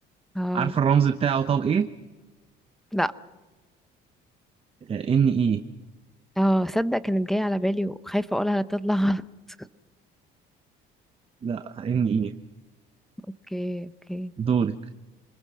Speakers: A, in the centre; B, on the right (about 30°).
A: اه
B: عارف الرمز بتاعه طب إيه؟
A: لا
B: آه إن إيه
A: اه صدق كانت جاية على بالي وخايفة اقولها لا تطلع غلط <laughs>
B: لا إن إيه
A: اوكي اوكي
B: دورك